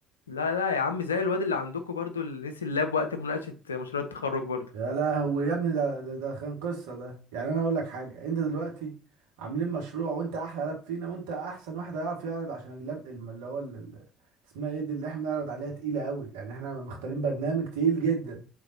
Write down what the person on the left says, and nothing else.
لا لا يا عم زي الواد اللي عندكم برضو اللي نسي اللاب وقت مناقشه مشروع التخرج برضو